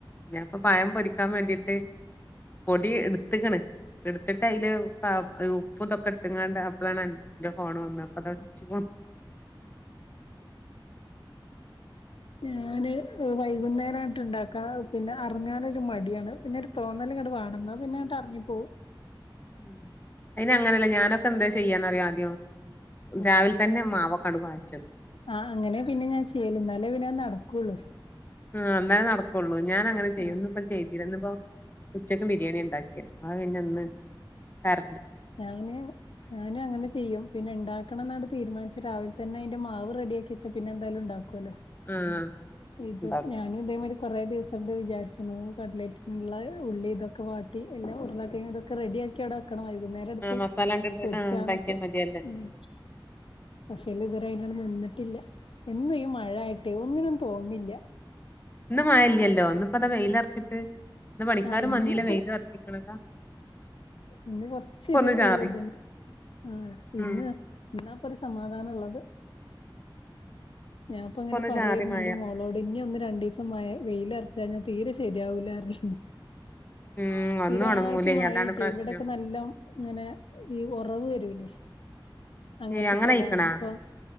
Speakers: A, on the left; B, on the left.
A: ഞാപ്പൊ പഴം പൊരിക്കാൻ വേണ്ടിട്ട് പൊടി ഇട്ത്ത്ക്ക്ണ് എടുത്തിട്ട് അയില് ഉപ്പ് ഇതൊക്കെ ഇട്ട്ങ്ങാണ്ട് അപ്പളാണ്ന്റെ ഫോണ് വന്നത് അപ്പ അതോടെ വച്ച് പോ
B: ഞാന് വൈകുന്നേരംങ്ങട്ട് ഉണ്ടാക്കാൻ പിന്നെ അറങ്ങാനൊരു മടിയാണ് പിന്നെ ഒരു തോന്നല്ങ്ങട്ട് വാണം ന്നാ പിന്നങ്ങട്ട് അറ പോ
A: ഉ അയിന് അങ്ങനെയല്ലേ ഞാനൊക്കെ എന്താ ചെയ്യാ ന്നറിയോ ആദ്യം
B: ആ
A: രാവിലെ തന്നെ മാവൊക്കാണ്ട് കൊഴച്ച് വെക്കും
B: ആഹ് അങ്ങനെ പിന്നെ ഞാൻ ചെയ്യല് ന്നാലേ പിന്നെ അയ് നടക്കൊള്ളു
A: ആ ന്നാലേ നടക്കൊള്ളൂ ഞാനങ്ങനെ ചെയ്യും
B: ആഹ്
A: ഇന്നിപ്പം ചെയ്തില ഇന്നിപ്പം ഉച്ചക്ക് ബിരിയാണി ണ്ടാക്കിയെ ആ പിന്നെ ന്ന് ക
B: ഞാന് ഞാനും അങ്ങനെ ചെയ്യും പിന്നെ ഇണ്ടാക്കണം ന്നാണ് തീരുമാനിച്ച് രാവിലെ തന്നെ മാവ്റെഡി ആി വെച്ച പിന്നെ എന്തായാലും ഉണ്ടാക്കും
A: ആഹ്
B: ഇത്പ്പോ
A: ഉണ്ടാക്കും
B: ഞാനും ഇതേമാ കൊറേ ദിവസം ണ്ട് വിചാരിച്ച്ണ് കട്ലൈറ്റിനുള്ള ഉള്ളിതൊക്കെ വാട്ടി ഉരുളക്കിഴങ്ങ് ഇതൊക്കെ റെഡിയാക്കി അവിടെ ആക്കണമായി വൈകുന്നേരംട്ത്ത്
A: ആഹ് മസാല ഇട്ടിട്ട്
B: പൊരിച്ചാന്നൊക്കെ
A: ആഹ് ഉണ്ടാക്കിയാൽ മതിയല്ലേ
B: ഉം പക്ഷെല് ഇതരായിട്ട് അട്ട് നി ട്ടില്ല എന്നും ഈ മഴ മഴായിട്ട് ഒന്നിനും പോന്നില്യാ
A: ഇന്ന്മയല്യല്ലോ ഇന്ന് പ്പത വെയിലർച്ചിട്ട് ന്ന് പണിക്കാരും
B: ആഹ് ഇന്നിപ്പോ
A: വന്നീല വെയിലൊർച്ചിക്ണതാ
B: ഇന്ന് കൊർച്ചൊരു
A: ഒന്ന് ചാറി
B: ഇത്ണ്ട് ആ
A: ഉം
B: ഇന്ന് ഇന്നാപ്പത് സമാധാനള്ളത് ഞാപ്പങ്ങനെ
A: ഇപ്പൊ ഒന്ന്
B: പറയേര്ന്ന്
A: ചാറി മഴ
B: ന്റെ മോളോട് നി ഒന്നുരണ്ടീസം മഴ വെയിലർ ചാഞാ തീരെ ശെരിയാവൂലാറിയാണ്
A: ഉം
B: സ്ഥിരായിട്ട്
A: ഒന്നും ഉണങ്ങൂലേ
B: മഴേക്കെ
A: അതാണ് പ്രശ്നം
B: ഇവിടൊക്കെ നല്ലം ങ്ങനെ ഈ ഒറവ് വരൂലേ അങ്ങൻത്തെ
A: ഏഹ് അങ്ങനെ
B: സലാണ്
A: ആയിക്കണാ
B: അപ്പൊ